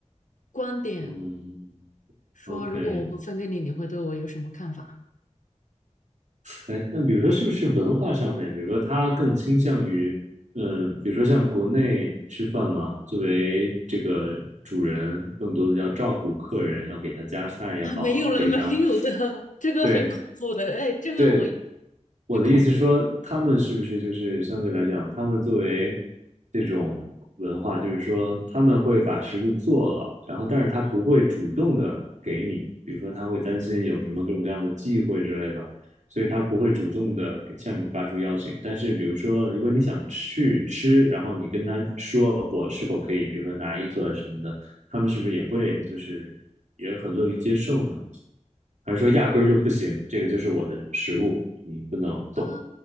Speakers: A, on the left; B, on the right.
A: 观点，
B: 嗯
A: 说如果我不分给你，
B: ，OK，
A: 你会对我有什么看法
B: 哎，那比如说，是不是文化上面，比如说他更倾向于，嗯、比如说像国内吃饭嘛，作为这个主人，更多的要照顾客人，要给他夹菜也好，
A: <laughs> 啊？没有了，
B: 给他，
A: 没有的，这个很恐怖的，
B: 对
A: 哎，这个我也
B: 对，我的意思说，
A: 很恐怖。
B: 他们是不是就是相对来讲，他们作为这种文化，就是说他们会把食物做了，然后但是他不会主动的给你，比如说他会担心有什么各种各样的忌讳之类的，所以他不会主动的向你发出邀请。但是比如说，如果你想去吃，然后你跟他说我是否可以，比如说拿一个什么的，他们是不是也会就是也很乐于接受呢？还是说压根儿就不行？这个就是我的食物，你不能动。
A: 啊，